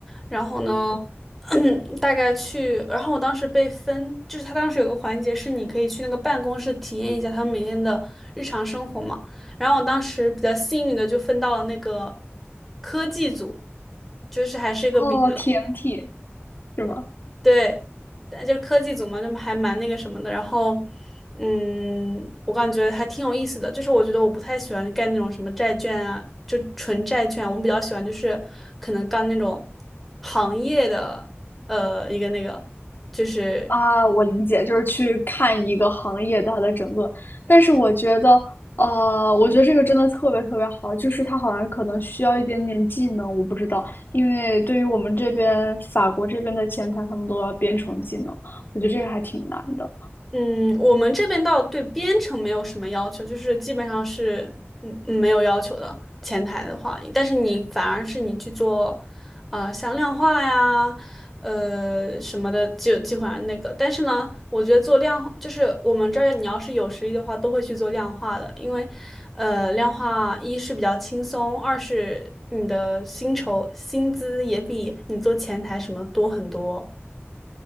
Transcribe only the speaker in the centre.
然后呢，<clears throat> 大概去，然后我当时被分，就是他当时有个环节是你可以去那个办公室体验一下他们每天的日常生活嘛。然后我当时比较幸运的就分到了那个科技组，就是还是一个比较
对，但就是科技组嘛，就还蛮那个什么的。然后，嗯，我感觉还挺有意思的。就是我觉得我不太喜欢干那种什么债券啊，就纯债券啊。我比较喜欢就是可能干那种行业的，呃，一个那个就是。
嗯，我们这边倒对编程没有什么要求，就是基本上是嗯嗯没有要求的。前台的话，但是你反而是你去做，呃，像量化呀，呃什么的，就基本上那个。但是呢，我觉得做量化，就是我们这儿你要是有实力的话，都会去做量化的，因为，呃，量化一是比较轻松，二是你的薪酬薪资也比你做前台什么多很多。